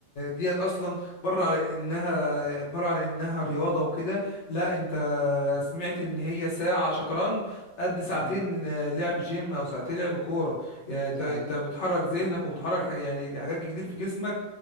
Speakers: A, on the left; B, on the right.
A: ديت اصلا بره على انها بره على انها رياضة وكده لا انت سمعت ان هي ساعة شطرنج قد ساعتين
B: مم،
A: لعب جيم او ساعتين لعب كورة يعني انت
B: دي حقيقه
A: انت بتحرك ذهنك وبتحرك ح- يعني حاجات كتير في جسمك